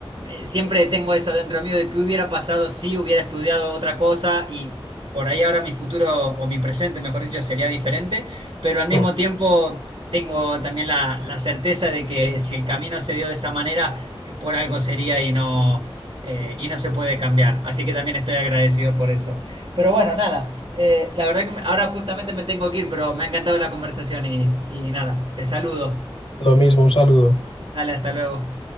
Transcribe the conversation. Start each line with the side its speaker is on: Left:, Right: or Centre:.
Right: eh, Siempre tengo eso dentro mío de que hubiera pasado si hubiera estudiado otra cosa y por ahí ahora mi futuro o mi presente, mejor dicho, sería diferente, pero al mismo
Left: mm.
Right: tiempo tengo también la, la certeza de que si el camino se dio de esa manera, por algo sería y no, eh, y no se puede cambiar. Así que también estoy agradecido por eso. Pero bueno, nada, eh, la verdad que me- ahora justamente me tengo que ir, pero me ha encantado la conversación y, y nada, te saludo.
Left: Lo mismo, un saludo.
Right: Dale, hasta luego.